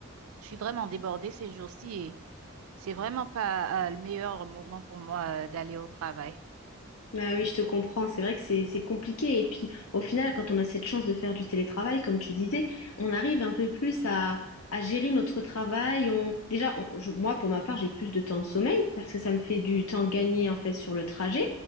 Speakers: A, on the right; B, on the left.
A: Je suis vraiment débordée ces jours-ci et c'est vraiment pas, euh, le meilleur moment pour moi, euh, d'aller au travail.
B: Ah oui, je te comprends. C'est vrai que c'est, c'est compliqué. Et puis, au final, quand on a cette chance de faire du télétravail, comme tu disais, on arrive un peu plus à, à gérer notre travail. On, déjà, on- je- moi, pour ma part, j'ai plus de temps de sommeil parce que ça me fait du temps gagné, en fait, sur le trajet,